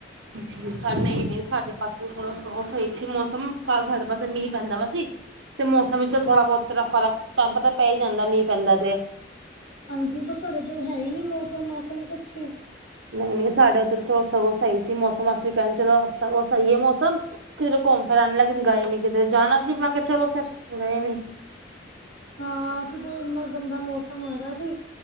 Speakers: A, on the right; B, on the left.
A: ਜੀ ਸਾਡ ਨਈ -ਨ‌ਈ ਸਾਡੇ ਬਸ ਚਲੋ ਓ ਸ‌ਈ ਸੀ ਮੌਸਮ ਕੱਲ੍ਹ ਸਾਡੇ ਪਾਸੇ ਮੀਂਅ ਪੈਂਦਾ ਵਾ ਸੀ। ਤੇ ਮੌਸਮ ਵਿੱਚ ਤੇ ਥੋੜ੍ਹਾ ਬੋਤ ਤਰਾਂ ਫਰਕ ਤਾਂਨੂੰ ਪਤਾ ਪੈ ਈ ਜਾਂਦਾ ਮੀਂਹ ਪੈਂਦਾ ਤੇ।
B: ਹਾਂਜੀ ਪਰ ਸਾਡੇ ਏਧਰ ਹੈ ਈ ਨੀ ਮੌਸਮ। ਮੌਸਮ ਕੁਛ।
A: ਨਈ, ਨ‌ਈ ਸਾਡੇ ਓਧਰ ਚਲੋ ਸਗੋਂ ਸ‌ਈ ਸੀ ਮੌਸਮ ਅਸੀਂ ਵੀ ਕੇਂਦੇ ਚਲੋ ਸਗੋਂ ਸ‌ਈ ਏ ਮੌਸਮ। ਕਿਧਰੇ ਘੁੰਮ ਫਿਰ ਆਨ ਲੇਕਿਨ ਗਏ ਨੀ ਕਿੱਧਰੇ ਜਾਣਾ ਸੀ ਮੈਂ ਕਿਆ ਚਲੋ ਫੇਰ ਗਏ ਨੀ।
B: ਹਾਂ ਅਸੀਂ ਤੇ ਏਨਾ ਗੰਦਾ ਮੌਸਮ ਹੋ ਗਿਆ ਸੀ।